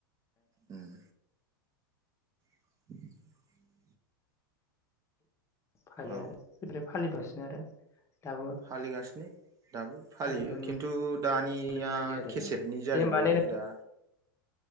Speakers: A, on the right; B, on the left.
A: उम <inaudible>
B: फालियो
A: औ
B: आरो बेनिफ्राय फालिगासिनो आरो। दाबो
A: फालिगासिनो दाबो फालियो
B: फालिनाय नुनो
A: खिन्थु दानिया
B: मोननाय जायो आरो
A: केसेटनि
B: जों
A: जाजोब्बाय
B: दे होमबा ने
A: आरो दा